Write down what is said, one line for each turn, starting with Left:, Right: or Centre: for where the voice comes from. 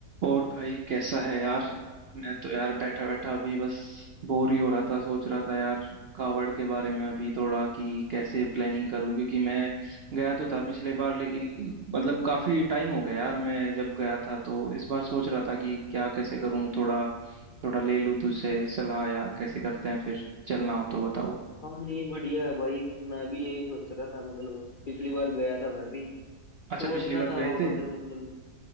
Right: और भाई कैसा है यार मैं तो यार बैठा बैठा अभी बस बोर ही हो रहा था सोच रहा था यार कावड़ के बारे में अभी थोड़ा कि कैसे प्लानिंग करूं क्योंकि मैं गया तो था पिछले बार लेकिन मतलब काफी टाइम हो गया यार मैं जब गया था तो इस बार सोच रहा था कि क्या कैसे करूं थोड़ा थोड़ा ले लूं तुझसे सलाह या कैसे करते हैं फिर चलना हो तो बताओ
Left: हाँ नहीं बढ़िया है भाई मैं भी यही सोच रहा था मतलब पिछली बार गया था मैं भी
Right: अच्छा
Left: तो
Right: पिछली
Left: अच्छा
Right: बार
Left: था
Right: गए
Left: वहां
Right: थे
Left: पे मतलब